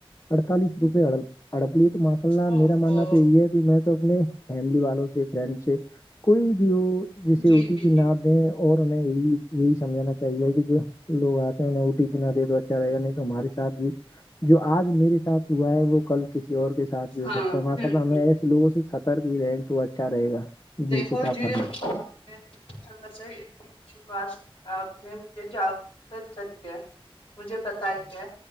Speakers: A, on the left (about 35°); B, on the left (about 70°).
A: اڑتالیس روپئے اڑ ہڑپ لیے تو ماشاء اللہ
B: او
A: میرا ماننا
B: او
A: تو یہ ہے کہ میں تو اپنے فیملی والوں سے فرینڈ سے کوئی بھی وہ جیسے
B: جی
A: او ٹی
B: جی
A: پی نہ
B: جی
A: آ اور انیں یہی یہی سمجھنا چاہیے کہ جو لو آتے ہیں ا ٹی پی نہ دیے تو اچھا رہے گا نہیں تو ماری س بھی جو آج میرے ساتھ ہوا ہے وہ کل کسی اور کے ساتھ بھی
B: ہاں
A: ہو سکتا ہے ماشاء
B: بالکل
A: اللہ ہمیں ایسے لوگوں سے سترک ہی رہے تو اچھا رہے گا
B: دیکھو
A: کچھ آپ
B: جی
A: فرمائیں
B: <unintelligible> <unintelligible> مشلہ سے اتنی اچھی بات آپ نے مجھے جاگرت کری ہے <unintelligible> <unintelligible> مجھے پتا ہی ہے